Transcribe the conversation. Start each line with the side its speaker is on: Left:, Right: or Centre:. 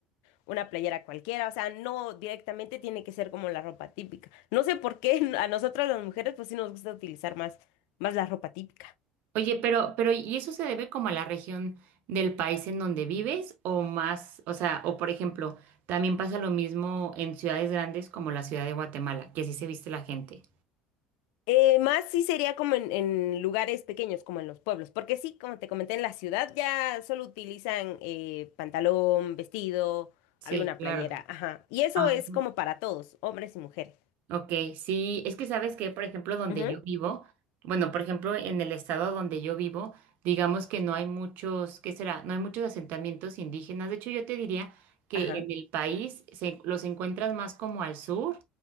Left: una playera cualquiera, o sea, no directamente tiene que ser como la ropa típica. No sé por qué <laughs> a nosotras las mujeres pues sí nos gusta utilizar más, más la ropa típica.
Right: Oye, pero, pero ¿y eso se debe como a la región del país en donde vives o más, o sea, o por ejemplo, también pasa lo mismo en ciudades grandes como la ciudad de Guatemala, que así se viste la gente?
Left: Eh, más sí sería como en, en lugares pequeños, como en los pueblos, porque sí, como te comenté, en la ciudad ya solo utilizan eh, pantalón, vestido,
Right: Sí,
Left: alguna
Right: claro.
Left: playera, ajá. Y eso
Right: Ajá.
Left: es como para todos, hombres y mujeres.
Right: Ok, sí, es que sabes que, por ejemplo, donde
Left: Ujú,
Right: yo vivo, bueno, por ejemplo, en el estado donde yo vivo, digamos que no hay muchos, ¿qué será? No hay muchos asentamientos indígenas. De hecho, yo te diría que
Left: Ajá.
Right: en el país se- los encuentras más como al sur